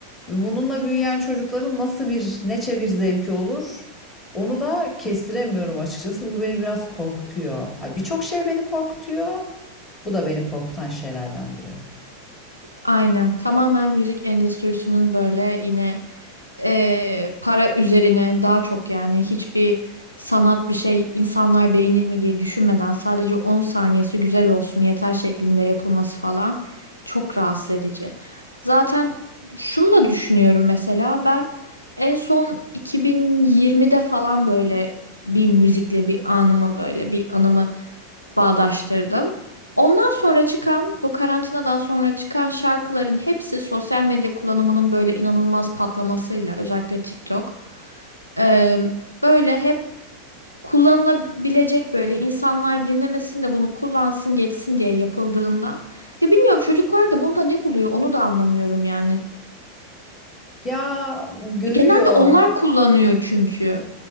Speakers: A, on the left (about 20°); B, on the left (about 85°).
A: Ve bununla büyüyen çocukların nasıl bir, neçe bir zevki olur? Onu da kestiremiyorum açıkçası. Bu beni biraz korkutuyor. Ha, birçok şey beni korkutuyor. Bu da beni korkutan şeylerden biri.
B: Aynen. Tamamen müzik endüstrisinin böyle yine eee, para üzerine daha çok yani hiçbir sanat bir şey insanlar beğenir mi diye düşünmeden sadece 10 saniyesi güzel olsun yeter şeklinde yapılması falan çok rahatsız edici. Zaten şunu da düşünüyorum mesela ben en son 2020'de falan böyle bir müzikle bir anımı böyle bir anımı bağdaştırdım. Ondan sonra çıkan, bu karantinadan sonra çıkan şarkıların hepsi sosyal medya kullanımının böyle inanılmaz patlamasıyla, özellikle TikTok. e, böyle hep kullanılabilecek böyle insanlar dinlemesin de bunu kullansın geçsin diye yapıldığından. Ya bilmiyorum çocuklar da bunda ne buluyor onu da anlamıyorum yani.
A: Ya görüyor.
B: Genelde onlar kullanıyor çünkü.